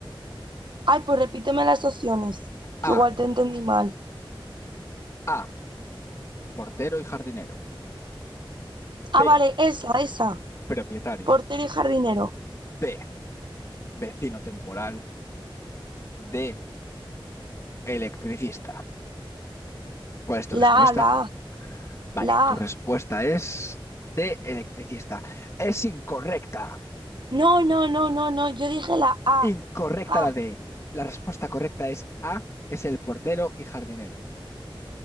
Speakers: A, on the right; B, on the left.
A: Ay, pues repíteme las opciones, que
B: A.
A: igual te entendí mal.
B: A. Portero y jardinero.
A: Ah,
B: B.
A: vale, esa, esa.
B: Propietario.
A: Portero y jardinero.
B: C. Vecino temporal. D. Electricista. ¿Cuál es tu respuesta?
A: La A, la A,
B: Vale,
A: la
B: tu
A: A.
B: respuesta es D. Electricista. Es incorrecta.
A: No, no, no, no, no. Yo dije la A.
B: Incorrecta
A: Ah,
B: la D. La respuesta correcta es A, es el portero y jardinero.